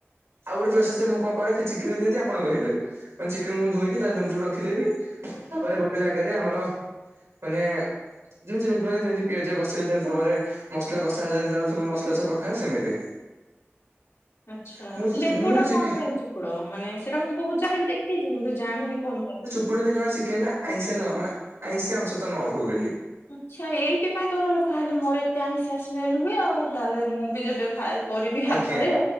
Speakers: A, on the right; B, on the left.
A: ଆଉ ଗୋଟେ ପ୍ରସେସ୍ ରେ ମୁଁ କଣ କରେ ଖାଲି ଚିକେନ ଦିଅନ୍ତି ଆପଣ କହିଲେ କହିନି ଚିକେନ୍ ମୁଁ ଧୋଇକି ତା ଦେହରେ ଲେମ୍ବୁ ଚିପୁଡ଼ିକି ରଖିଦେବି, ତା ପରେ ଗୋଟେ ଜାଗାରେ ଆମର ମାନେ <unintelligible> ଯେମିତି ପିଆଜ କଷିଦେଇଥାନ୍ତି ତା ପରେ ମସଲା କଷା ହେଲେ ଯେମିତି ସବୁ ମସଲା ସବୁ ପକା ହୁଏ ସେମିତି।
B: ଆଚ୍ଛା
A: ମୁଁ ତ
B: ଲେମ୍ବୁ
A: ମୁଁ
B: ଟା
A: ତ ଚିକେ
B: କଣ ପାଇଁ ଚି ଚିପୁଡ ମାନେ ସେଇଟା ମୁଁ ବହୁତ୍ ଜାଗାରେ ଦେଖିଛି କିନ୍ତୁ ଜାଣିନି କଣ ପାଇଁ।
A: ପୁଣି ଯଦି କହିବ ଚିକେନ୍ ଟା ଆଇଁସିଆ ନହବ ମାନେ ଆଇଁସିଆ ଅଂଶ ତ ନ ରହୁବୋଲି।
B: ଆଚ୍ଛା ଏଇଥିପାଇଁ ତୋର ତାହେଲେ ମୋରେ ଏତେ ଆଇଁସିଆ ସ୍ମେଲ୍ ହୁଏ ଆଉ ତାହେଲେ ମୁଁ ବି ଯେବେ କରିବି ଇଆ
A: ଆଜ୍ଞା।
B: ପରେ